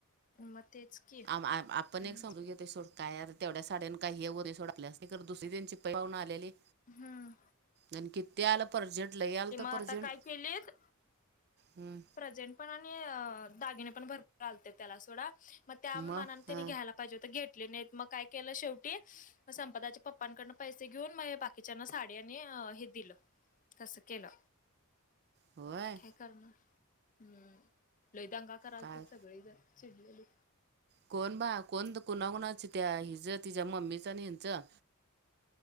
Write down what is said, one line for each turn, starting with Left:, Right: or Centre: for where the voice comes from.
Left: मग तेच की
Right: आम आ आ आपण
Left: हम्म
Right: एक समजू घेतोय सोड. काय आ तेवढ्या साड्यान काय हे होत सोड आपल्यासनी, पण दुसरी त्यांची पै पावण आलेली
Left: हम्म.
Right: आणि किती आलत पर्जंट लय आलत
Left: आता
Right: पर्जंट
Left: काय केलीत
Right: हम्म.
Left: प्रेझेंट पण आणि अ दागिने पण भरपुर आलते त्याला सोडा, मग त्यामानानं
Right: म हा
Left: त्यानी घ्यायला पाहिजे होत घेतले नाहीत, मग काय केलं शेवटी संपदाच्या पप्पांकडन पैसे घेऊन म बाकीच्याना साडी आणि अ हे दिलं तसं केलं.
Right: होय
Left: काय करणार? हम्म लय दंगा करालते
Right: काय
Left: सगळे जण चिडलेले.
Right: कोण बा कोण कुणाकुणाचं त्या हिजं, तिच्या मम्मीचं आणि ह्यांचं